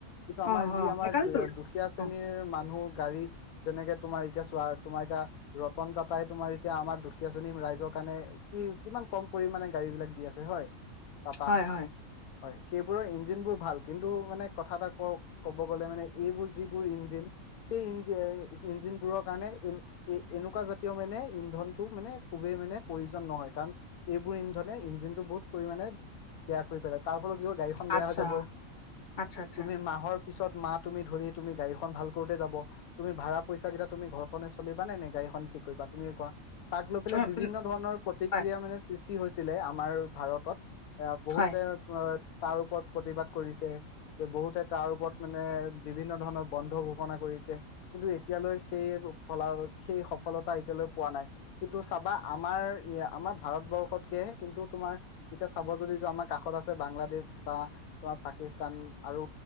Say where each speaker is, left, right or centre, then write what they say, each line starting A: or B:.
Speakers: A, on the left; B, on the left.
A: কিন্তু আমাৰ
B: অ
A: যি
B: অ
A: আমাৰ
B: সেইকাৰণেতো
A: দু দুখীয়া শ্ৰেণীৰ
B: অ
A: মানুহ গাড়ী যেনেকে তোমাৰ এতিয়া চোৱা, তোমাৰ এতিয়া ৰতন টাটাই তোমাৰ এতিয়া আমাৰ দুখীয়া শ্ৰেণী ৰাইজৰ কাৰণে কি কিমান কম পৰিমানে গাড়ীবিলাক দি আছে হয় টাটা
B: হয় হয়
A: হয়, সেইবোৰৰ ইঞ্জিনবোৰ ভাল কিন্তু মানে কথা এটা কওক ক'ব গ'লে মানে এইবোৰ যিবোৰ ইঞ্জিন সেই ইঞ্জ ইঞ্জিনবোৰৰ কাৰণে ই এই এনেকুৱা জাতীয় মানে ইন্ধনটো মানে খুবেই মানে প্ৰয়োজন নহয় কাৰণ এইবোৰ ইন্ধনে ইঞ্জিনটো বহুত পৰিমাণে বেয়া কৰি পেলায়, তাৰ ফলত কি হ'ব গাড়ীখন বেয়া
B: আচ্ছা
A: হৈ যাব।
B: আচ্ছা আচ্ছা
A: তুমি মাহৰ পিছত মাহ তুমি ধৰি তুমি গাড়ীখন ভাল কৰোঁতে যাব। তুমি ভাড়া পইছাকেইটা তুমি ঘৰখনে চলিবা নে গাড়ীখনে ঠিক কৰিবা তুমি কোৱা? তাক লৈ পেলাই
B: অ
A: বিভিন্ন
B: তেন-
A: ধৰণৰ প্ৰতিক্ৰিয়া
B: হয়
A: মানে সৃষ্টি হৈছিলে আমাৰ ভাৰতত। এয়া বহুতে
B: হয়
A: আ তাৰ ওপৰত প্ৰতিবাদ কৰিছে তে, বহুতে তাৰ ওপৰত মানে বিভিন্ন ধৰণৰ বন্ধ ঘোষণা কৰিছে। কিন্তু এতিয়ালৈ সেই ফলা সেই সফলতা এতিয়ালৈ পোৱা নাই। কিন্তু চাবা আমাৰ ইয়া আমাৰ ভাৰতবৰ্ষতকে কিন্তু তোমাৰ এতিয়া চাব যদি যোৱা আমাৰ কাষত আছে বাংলাদেশ বা তোমাৰ পাকিস্তান আৰু